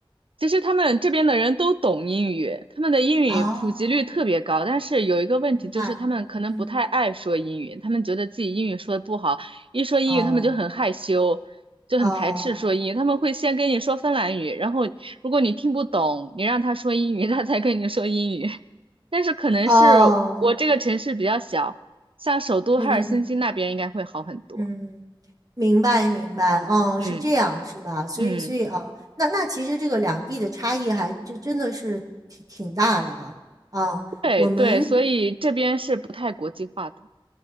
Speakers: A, on the right (about 70°); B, on the right (about 40°).
A: 其实他们这边的人都懂英语，他们的英语普及率特别高，
B: 哦，
A: 但是有一个问题就是他们可能不太爱说英语，
B: 明白，嗯，
A: 他们觉得自己英语说的不好，一说英语他们就很害羞，
B: 哦，
A: 就很排斥说英语，
B: 哦，
A: 他们会先跟你说芬兰语，然后如果你听不懂，你让他说英语，<laughs> 他才跟你说英语。<laughs> 但是可能是我这个城市比较小，
B: 哦，
A: 像首都赫尔辛基那边应该会好很多。
B: 嗯嗯嗯嗯，明白明白，哦，
A: 嗯
B: 是这样是吧？所以所以哦，
A: 嗯，
B: 那那其实这个两地的差异还真真的是挺挺大的啊。啊，
A: 对对，
B: 我们
A: 所以这边是不太国际化的。